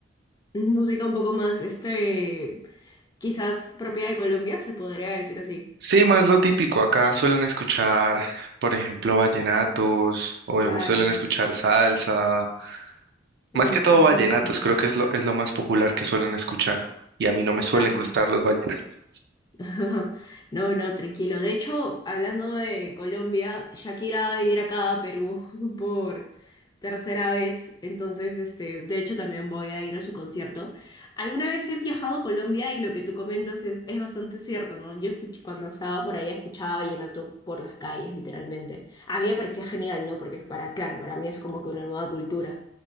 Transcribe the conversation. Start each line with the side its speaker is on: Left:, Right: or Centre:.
Left: Música un poco más, este, quizás propia de Colombia, se podría decir así.
Right: Sí, más lo típico, acá suelen escuchar, por ejemplo, vallenatos o
Left: Claro.
Right: suelen escuchar salsa Más
Left: Uy,
Right: que todo
Left: qué genial.
Right: vallenatos, creo que es lo, es lo más popular que suelen escuchar. Y a mí no me suelen
Left: Claro.
Right: gustar los vallenatos.
Left: <laughs> No, no, tranquilo. De hecho, hablando de Colombia, Shakira va a venir acá a Perú <laughs> por tercera vez. Entonces, este, de hecho, también voy a ir a su concierto. Alguna vez he viajado a Colombia y lo que tú comentas es, es bastante cierto, ¿no? Yo escuch- cuando estaba por ahí escuchaba vallenato por las calles, literalmente. A mí me parecía genial, ¿no? Porque es para, claro, para mí es como que una nueva cultura